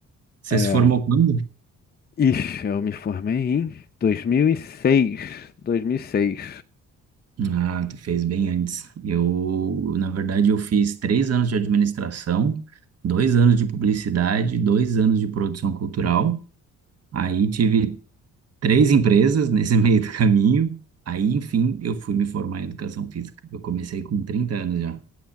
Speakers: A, on the right (about 55°); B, on the left (about 30°).
A: Você
B: é,
A: se formou quando?
B: ixi, eu me formei em 2006, 2006.
A: Ah, tu fez bem antes. Eu, na verdade, eu fiz três anos de administração, dois anos de publicidade, dois anos de produção cultural. Aí tive três empresas nesse <laughs> meio do caminho. Aí, enfim, eu fui me formar em educação física. Eu comecei com 30 anos já.